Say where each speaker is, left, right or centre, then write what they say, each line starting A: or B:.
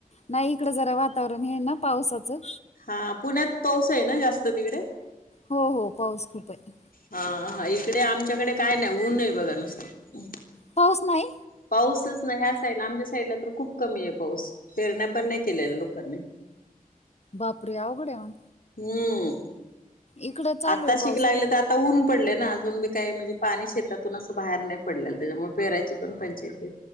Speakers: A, on the left (about 45°); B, on the left (about 75°).
A: नाही इकडं जरा वातावरण हे ना पावसाचं.
B: हा पुण्यात तोस आहे ना जास्त तिकडे?
A: हो हो पाऊस खूप आहे.
B: हा हा इकडे आमच्याकडे काय नाही ऊन आहे बघा नुसतं.
A: पाऊस नाही?
B: पाऊसच ना ह्या साईडला आमच्या साईडला तर खूप कमी आहे पाऊस पेरण्या पण नाही केलेल्या लोकांनी.
A: बाप रे अवघड आहे मग.
B: हम्म.
A: इकडं चालू
B: आत्ता
A: आहे पाऊस
B: शिक लागले तर आता. ता ऊन पडले ना अजून बी काही म्हणजे पाणी शेतातून असं बाहेर नाही पडले त्याच्यामुळे पेरायची पण पंचयत.